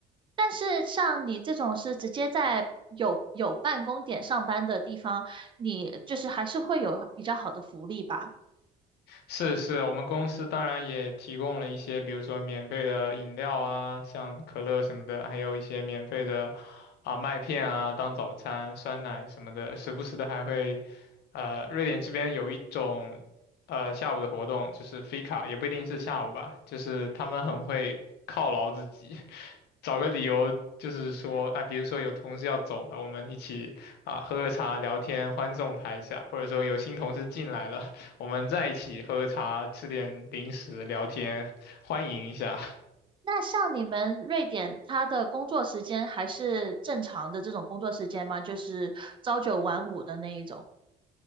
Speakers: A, on the right (about 30°); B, on the left (about 75°).
A: 但是像你这种是直接在有有办公点上班的地方，你就是还是会有比较好的福利吧？
B: 是是，我们公司当然也提供了一些，比如说免费的饮料啊，像可乐什么的，还有一些免费的啊麦片啊当早餐，酸奶什么的，时不时的还会，呃，瑞典这边有一种呃下午的活动，就是 Fika，也不一定是下午吧，就是他们很会犒劳自己，<laughs> 找个理由。就是说啊，比如说有同事要走了，我们一起啊喝喝茶、聊天，欢送他一下；或者说有新同事进来了，我们在一起喝个茶，吃点零食，聊天，欢迎一下。<laughs>
A: 那像你们瑞典，他的工作时间还是正常的这种工作时间吗？就是朝九晚五的那一种？